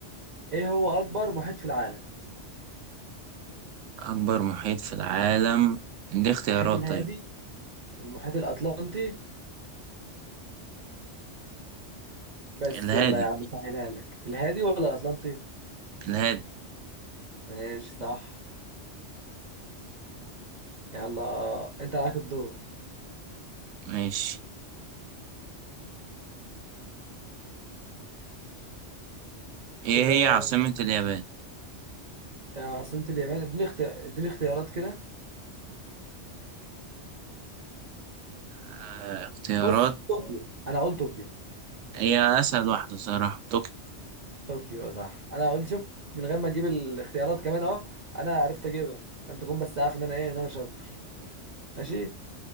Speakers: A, on the right; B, on the right.
A: إيه هو أكبر محيط في العالم؟
B: أكبر محيط في العالم دي اختيارات
A: المحيط الهادي
B: طيب
A: المحيط الأطلنطي بس
B: الهادي
A: يلا يا عم سهلها لك الهادي ولا الأطلنطي؟
B: الهادي
A: ماشي صح يلا أنت عليك الدور
B: ماشي ايه
A: كده
B: هي عاصمة اليابان
A: عاصمة اليابان اديني اختيار اديني اختيارات كده
B: آه اختيارات
A: بص طوكيو أنا هقول طوكيو
B: هي أسهل واحدة صراحة طوكيو
A: طوكيو آه، صح انا قلت شوف من غير ما اجيب الاختيارات كمان اهو انا عرفت اجيبها عشان تكون بس عارف ان انا ايه ان انا شاطر ماشي